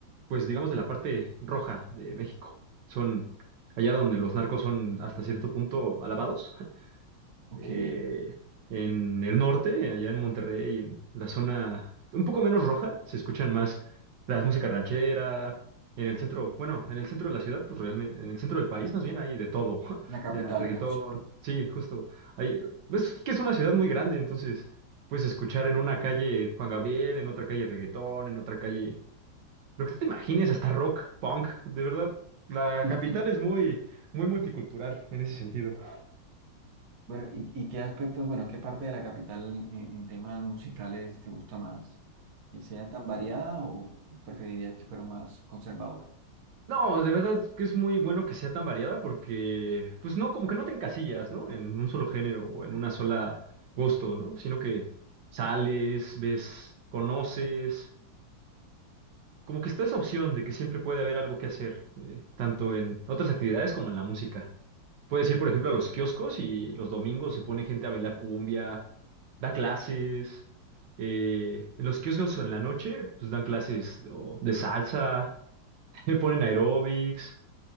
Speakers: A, on the right; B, on the right.
A: pues digamos, de la parte roja de México. Son allá donde los narcos son hasta cierto punto alabados. <laughs>
B: Ok,
A: eh, en el norte, allá en Monterrey, en la zona un poco menos roja, se escuchan más las músicas ranchera. En el centro, bueno, en el centro de la ciudad, pues realmente, en el centro del país más bien hay de todo. <laughs> O
B: la capital,
A: sea, reggaetón,
B: ¿no? Sí.
A: sí, justo. Hay, es que es una ciudad muy grande, entonces puedes escuchar en una calle Juan Gabriel, en otra calle reggaetón, en otra calle, lo que tú te imagines, hasta rock, punk. De verdad, la
B: <laughs>
A: capital es muy, muy multicultural en ese sentido.
B: Bueno, ¿y, y qué aspectos, bueno, qué parte de la capital en, en temas musicales te gusta más? ¿Que sea tan variada o, o preferirías que fuera más conservadora?
A: No, de verdad es que es muy bueno que sea tan variada porque, pues no, como que no te encasillas, ¿no? En un solo género o en una sola gusto, ¿no? Sino que sales, ves, conoces, como que está esa opción de que siempre puede haber algo que hacer, eh, tanto en otras actividades como en la música. Puedes ir, por ejemplo, a los kioscos y los domingos se pone gente a bailar cumbia, da clases. eh, en los kioscos en la noche, pues dan clases o de salsa, <laughs> ponen aeróbics.